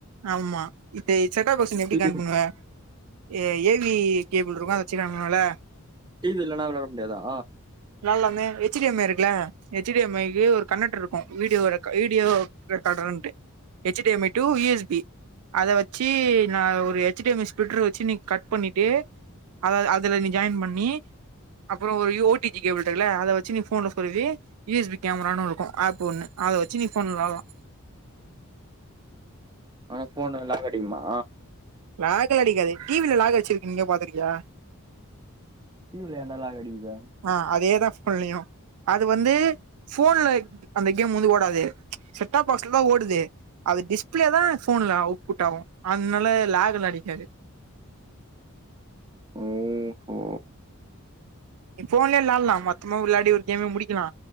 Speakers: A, on the right; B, on the right.
A: ஆமா இப்ப செட்டா பாக்ச நீ எப்டி
B: டிவி
A: கனட் பண்ணுவ ஏ ஏ பி கேப்பிள் இருக்கு அதல வெச்சிக்கலாம்ல
B: டி வி இல்லனா விளாட முடியாதா
A: விளாட்லமே ஹெச் டி எம் இருக்குல ஹச் டி எம் ஐ க்கு ஒரு கனெக்ட்டர் இருக்கு வீடியோ வீடியோ ரெக்கார்டர்ன்டு H D M I to E S B அத வச்சு நா ஒரு H D M S splitter வச்சு நீ கட் பண்ணிட்டு அத அதுல நீ ஜாயின் பண்ணி அப்றோ ஒரு யோ டி வி கேபிள் இருக்குல அத வச்சு நீ ஃபோன்ல சொறுவி யு எஸ் பி கேமரான்னு இருக்கு ஆப் ஒன்னு அத வச்சு நீ ஃபோன்ல வெளையாட்லா
B: ஆனா ஃபோன் லாக்கடிகுமா
A: லாக்கெல்லா அடிக்காது டி வி ல லாக்கடிச்சி நீ எங்கயாது பாத்துருக்கியா
B: டி வி ல ஏன்டா லாக்கடிக்குது
A: ஆ அதேதா ஃபோன்லயு அது வந்து ஃபோன்ல அந்த கேம் வந்து ஓடாது செட்டாப் பாக்ஸ்ல தா ஓடுது அது டிஸ்பிளே தா ஃபோன்ல அவுட்புட் ஆகு அத்னால லாக்குல்லா அடிக்காது
B: ஓஹோ
A: நீ ஃபோன்லயே விளாட்லா மொத்தமா விளாடி ஒரு கேமே முடிக்கலா